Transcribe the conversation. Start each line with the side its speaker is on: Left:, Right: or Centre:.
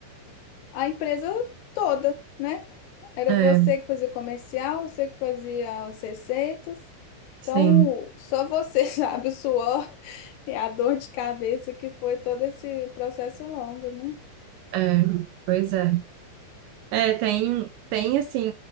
Left: a empresa toda, né? Era
Right: É,
Left: você que fazia o comercial, você que fazia as receitas.
Right: sim,
Left: Então, só você <laughs> sabe o suor e a dor de cabeça que foi todo esse processo longo, né?
Right: é, pois é. É, tem, tem assim,